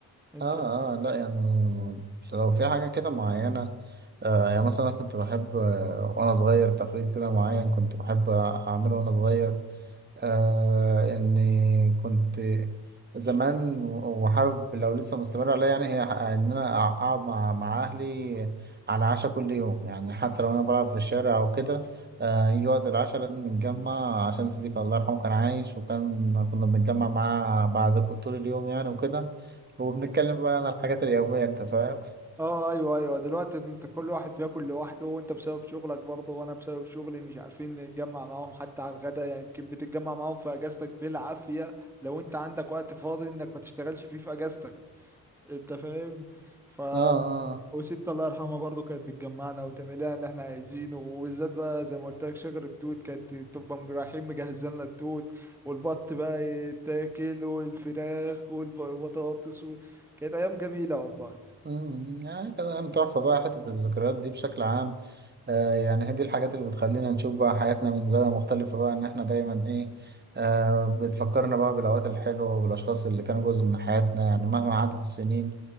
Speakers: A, in the centre; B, on the right.
A: انت
B: اه اه لا يعني لو في حاجة كده معينة آه يعني مثلا أنا كنت بحب آه، وأنا صغير تقليد كده معين كنت بحب أعمله وأنا صغير آه اني كنت زمان و- وحابب لو لسه مستمر عليا يعني هي ح- ان انا أع- اقعد مع مع اهلي على عشاء كل يوم يعني حتى لو انا بلعب في الشارع او كده آه يجي وقت العشاء لازم نتجمع عشان صديقي الله يرحمه كان عايش وكان كنا بنتجمع معاه بعد ك- طول اليوم يعني وكده وبنتكلم بقى عن الحاجات اليومية انت فاهم
A: اه ايوه ايوه دلوقتي انت كل واحد بياكل لوحده وانت بسبب شغلك برضه وانا بسبب شغلي مش عارفين نتجمع معاهم حتى على الغدا يعني يمكن بتتجمع معاهم في اجازتك بالعافية لو انت عندك وقت فاضي انك ما تشتغلش فيه في اجازتك انت فاهم ف
B: اه اه
A: وست الله يرحمها برضه كانت بتجمعنا وتعمل لنا اللي احنا عايزينه وبالذات بقى زي ما قلت لك شجر التوت كانت تبقى م- رايحين مجهزين لنا التوت والبط بقى يتاكل والفراخ والبطاطس و... كانت ايام جميلة والله
B: أمم، يعني كده أيام تحفة بقى حتة الذكريات دي بشكل عام آه يعني هي دي الحاجات اللي بتخلينا نشوف بقى حياتنا من زاوية مختلفة بقى إن إحنا دايما إيه آه بتفكرنا بقى بالأوقات الحلوة وبالأشخاص اللي كانوا جزء من حياتنا يعني مهما عدت السنين